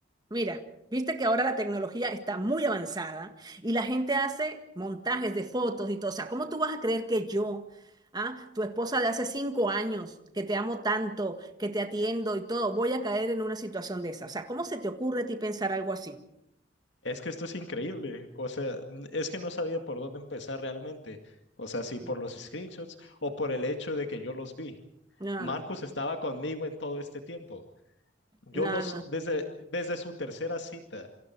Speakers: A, on the right; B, on the left.
A: mira, viste que ahora la tecnología está muy avanzada y la gente hace montajes de fotos y todo. O sea, ¿cómo tú vas a creer que yo, ah, tu esposa de hace cinco años, que te amo tanto, que te atiendo y todo, voy a caer en una situación de esa? O sea, ¿cómo se te ocurre a ti pensar algo así?
B: Es que esto es increíble. O sea, n- es que no sabía por dónde empezar realmente. O sea, si por
A: No,
B: los screenshots o por el hecho de que yo los vi.
A: no,
B: Marcos
A: no,
B: estaba conmigo en todo este tiempo. Yo
A: no,
B: los, desde, desde su tercera cita.